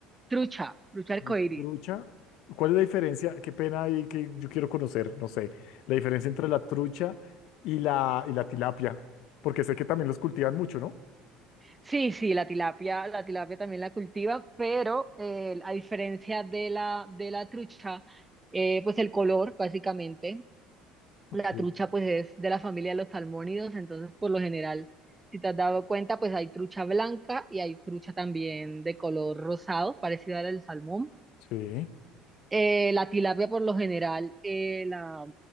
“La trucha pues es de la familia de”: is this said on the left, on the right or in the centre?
Right